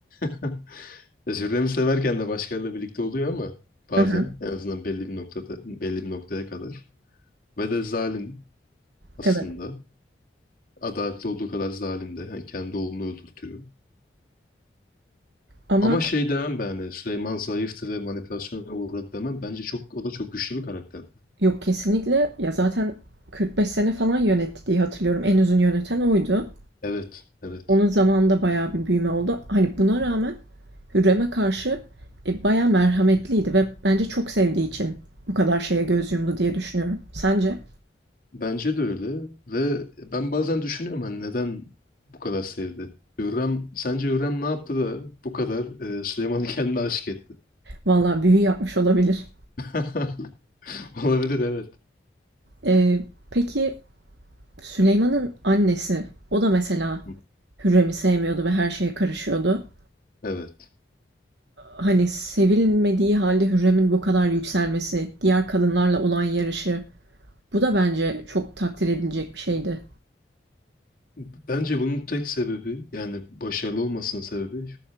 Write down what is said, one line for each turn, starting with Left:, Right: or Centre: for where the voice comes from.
Left: <laughs> Özürlerimi severken de başkalarıyla birlikte oluyor ama bazen
Right: Hı hı.
Left: en azından belli bir noktada belli bir noktaya kadar ve de zalim aslında.
Right: Evet.
Left: Adaletli olduğu kadar zalim de. Yani kendi oğlunu öldürtüyor.
Right: Ama
Left: Ama şey demem ben hani Süleyman zayıftı ve manipülasyona uğradı demem. Bence çok o da çok güçlü bir karakterdi.
Right: yok kesinlikle ya zaten 45 sene falan yönetti diye hatırlıyorum. En uzun yöneten oydu.
Left: Evet, evet.
Right: Onun zamanında bayağı bir büyüme oldu. Hani buna rağmen Hürrem'e karşı e, bayağı merhametliydi ve bence çok sevdiği için bu kadar şeye göz yumdu diye düşünüyorum. Sence?
Left: Bence de öyle ve ben bazen düşünüyorum hani neden bu kadar sevdi? Hürrem, sence Hürrem ne yaptı da bu kadar e, Süleyman'ı <laughs> kendine aşık etti?
Right: Valla büyü yapmış olabilir.
Left: <laughs> Olabilir evet.
Right: Ee, peki Süleyman'ın annesi, o da mesela
Left: Hı,
Right: Hürrem'i sevmiyordu ve her şeye karışıyordu.
Left: Evet.
Right: Hani sevilmediği halde Hürrem'in bu kadar yükselmesi, diğer kadınlarla olan yarışı, bu da bence çok takdir edilecek bir şeydi.
Left: Bence bunun tek sebebi yani başarılı olmasının sebebi